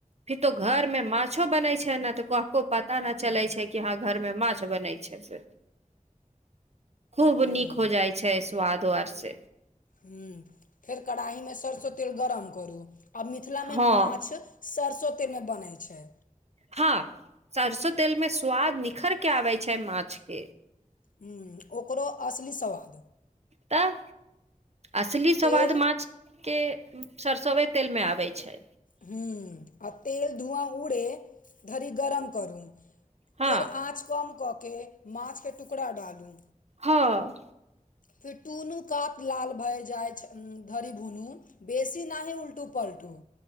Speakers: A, on the right (about 50°); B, on the left (about 75°).
A: फिर तो घर में माछो बनै छै ने तो कको पता न चलै छै कि हां घर में माछ बनै छै से खूब
B: हुँ
A: नीक हो जाइ छै स्वाद आर सेे
B: हूं फेर कड़ाहीमे सरसो तेल गरम करू। आब मिथिलामे
A: हँ
B: माछ सरसो तेलमे बनै छै
A: हा, सरसो तेल में स्वाद निखर के आबे छै माछ के
B: हूं, ओकरो असली सवाद
A: तऽ असली
B: तेल
A: सवाद माछ के सरसोए तेलमे आबै छै
B: हूं, आ तेल धुआ उड़े धरी गरम करू
A: हँ
B: फेर आँच कम कऽ केऽ माछके टुकड़ा डालू
A: हँ
B: फेर टुनू कात लाल भए जाइछ ऊं धड़ि भुनु बेसी नाहि उलटू पलटू